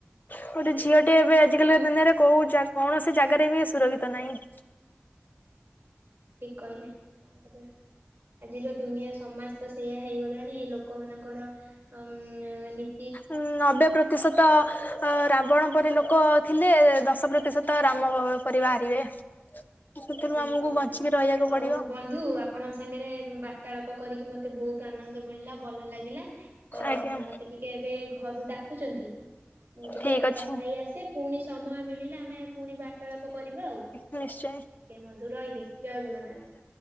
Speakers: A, on the left; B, on the right.
A: ଗୋଟେ ଝିଅଟି ଏବେ ଆଜିକାଲି ଦୁନିଆରେ କୋଉ କୌଣସି ଜାଗାରେ ବି ସୁରକ୍ଷିତ ନାହିଁ।
B: ଠିକ୍ କହିଲେ କଣ କରିଆ। ଆଜିର ଦୁନିଆ ସମାଜ ତ ସେଇୟା ହେଇଗଲାଣି ଏଇ ଲୋକମାନଙ୍କର ଉଁ ନି
A: ଉଁ ନବେ ପ୍ରତିଶତ। ଅ ରାବଣ ପରି ଲୋକ ଥିଲେ ଦଶ ପ୍ରତିଶତ ରାମ ପରି ବାହାରିବେ। ସେଥିରୁ
B: ଠିକ୍
A: ଆମକୁ
B: କହିଲେ
A: ବଞ୍ଚିକି
B: ଆପଣ
A: ରହିବାକୁ ପଡିବ
B: ଆଉ ବନ୍ ଧୁ ଆପଣଙ୍କ ସାଙ୍ଗରେ ବାର୍ତ୍ତାଳାପ କରିକି ମତେ ବହୁତ ଆନନ୍ଦ ମିଳିଲା ଭଲ ଲାଗିଲା। ତ
A: ଆଜ୍ଞା।
B: ମତେ ଟିକେ ଏବେ ଘରୁ ଡାକୁଛନ୍ତି ମୁଁ ଟିକେ
A: ଠିକ୍ ଅଛି
B: କଥା ହେଇ ଆସେ। ପୁଣି ସମୟ ମିଳିଲେ ଆମେ ପୁଣି ବାର୍ତ୍ତାଳାପ କରିବା ଆଉ।
A: ନିଶ୍ଚଏଁ।
B: ଆଜ୍ଞା ବନ୍ଧୁ ରହିଲି ଜୟ ଜଗନ୍ନାଥ।